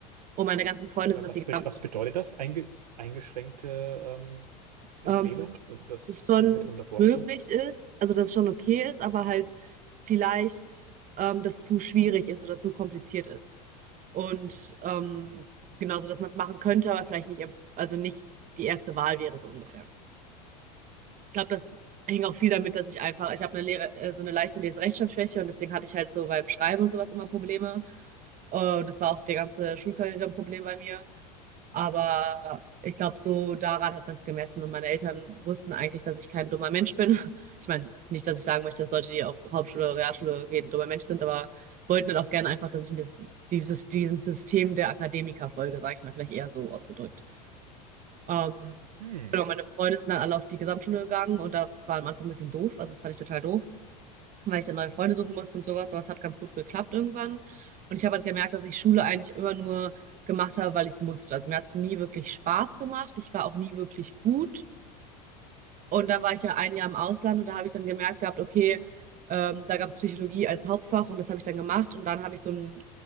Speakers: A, on the right; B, on the right.
A: Und meine ganzen Freunde
B: Wa-
A: sind auf
B: Was,
A: die
B: be- was bedeutet das? Einge, eingeschränkte ähm, Empfehlung?
A: Gesamtschule.
B: Das
A: dass es schon
B: kann ich mir darunter vorstellen.
A: möglich ist, also dass es schon okay ist, aber halt vielleicht ähm, das zu schwierig ist oder zu kompliziert ist. Und ähm, genauso, dass man es machen könnte, aber vielleicht nicht, also nicht die erste Wahl wäre so ungefähr. Ich glaube, das hing auch viel damit, dass ich einfach, ich habe eine Lehre, äh, so eine leichte Leserechtschreibschwäche und deswegen hatte ich halt so beim Schreiben und sowas immer Probleme. Und das war auch die ganze Schulkarriere ein Problem bei mir. Aber ich glaube, so daran hat man es gemessen. Und meine Eltern wussten eigentlich, dass ich kein dummer Mensch bin. <laughs> Ich meine, nicht, dass ich sagen möchte, dass Leute, die auf Hauptschule, Realschule gehen, ein dummer Mensch sind, aber wollten dann auch gerne einfach, dass ich in das, dieses, diesem System der Akademiker folge, sage ich mal, vielleicht eher so ausgedrückt. Ähm,
B: Hm.
A: genau, meine Freunde sind dann alle auf die Gesamtschule gegangen und da war am Anfang ein bisschen doof. Also das fand ich total doof weil ich dann neue Freunde suchen musste und sowas, aber es hat ganz gut geklappt irgendwann. Und ich habe halt gemerkt, dass ich Schule eigentlich immer nur gemacht habe, weil ich es musste. Also mir hat es nie wirklich Spaß gemacht. Ich war auch nie wirklich gut. Und dann war ich ja ein Jahr im Ausland und da habe ich dann gemerkt gehabt, okay, ähm, da gab es Psychologie als Hauptfach und das habe ich dann gemacht und dann habe ich so einen